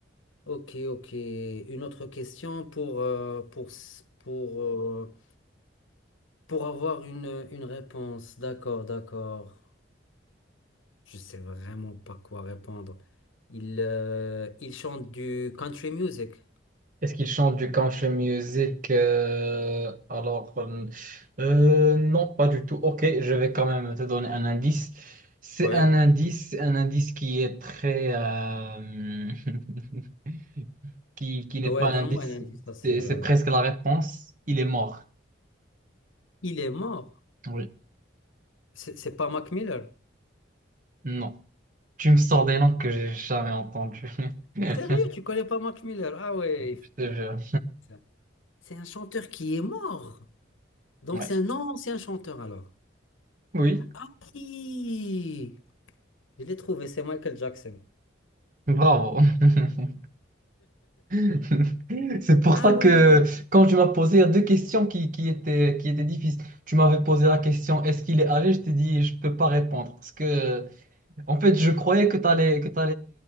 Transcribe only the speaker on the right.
Est-ce qu'il chante du country music euh, Alors, euh, euh, non, pas du tout. Ok, je vais quand même te donner un indice. C'est
un indice, c'est un indice qui est très... euh, <laughs> qui, qui n'est
pas un
indice.
C'est c'est
presque la réponse. Il est mort.
Oui.
Non. Tu me sors des noms que j'ai jamais entendus. <laughs>
Je
te jure.
Ouais.
Oui.
Bravo. <laughs> <laughs> C'est pour
ça que
quand tu m'as posé il y a deux questions qui, qui étaient, qui étaient difficiles. Tu m'avais posé la question est-ce qu'il est âgé? Je t'ai dit je peux pas répondre. Parce que en fait je croyais que tu allais, que tu